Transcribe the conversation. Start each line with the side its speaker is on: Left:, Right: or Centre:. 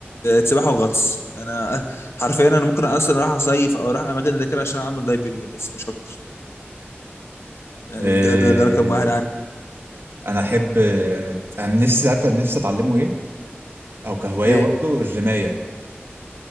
Left: سباحه وغطس انا حرفيا انا ممكن اصلا اروح اصيف او اروح اماكن زي كده عشان اعمل دايفنج بس مش اكتر يعني
Right: إيه
Left: ده ده ده رقم واحد عندي
Right: انا احب آه، انا نفسي عارف نفسي اتعلمه ايه او كهواية
Left: ايه
Right: برضه الرماية